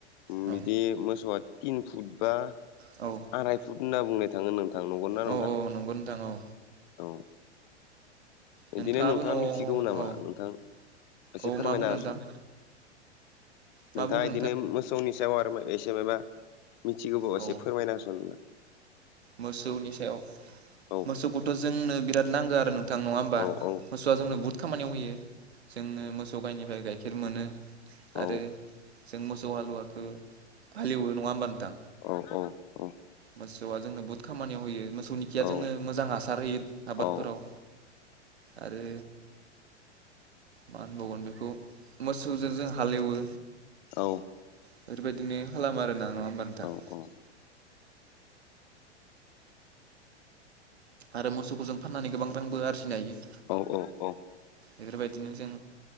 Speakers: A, on the right (about 60°); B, on the left (about 40°).
A: औ
B: बिदि मोसौआ तिन फुट बा
A: औ
B: आराय फुट होनना बुंनाय थाङो नोंथां नंगोना नोंथां
A: औ नंगौ नोंथां औ
B: औ
A: नोंथाङाबो
B: इदिनो नोंथाङा
A: न'
B: मिथिगौ नामा
A: औ
B: नोंथां एसे
A: औ
B: फोरमायना
A: मा बुंदों
B: होसन
A: नोंथां मा
B: नोंथाङा
A: बुंदों
B: इदिनो मोसौनि सायाव आरो माय एसे मायबा मिथिगौबा एसे
A: औ
B: फोरमायना होसन नोंथां
A: मोसौनि सायाव
B: औ
A: मोसौखौथ' जोंनो बिराद नांगौ आरो नों थां नङा होमबा
B: औ औ
A: मोसौआ जोंनो बुहुद खामानियाव होयो जोंनो मोसौ गाइनिफ्राय गाइखेर मोनो
B: औ
A: आरो जों मोसौ हालुवाखौ हालेवो नङा होमबा नों थां
B: औ औ
A: मोसौआ जोंनो बहुथ खामानियाव होयो मोसौनि खिया
B: औ
A: जोंनो मोजां हासार होयो आबादफोराव
B: औ
A: आरो मा होनबावगोन बेखौ मोसौजों हालेवो
B: औ
A: एफोरबायदिनो खालामो आरोना नङा होमबा नोंथां
B: अ औ
A: आरो मोसौखौ जों फाननानै गोबां रांबो आरजिनो हायो
B: औ औ औ
A: एफोरबायदिनो जों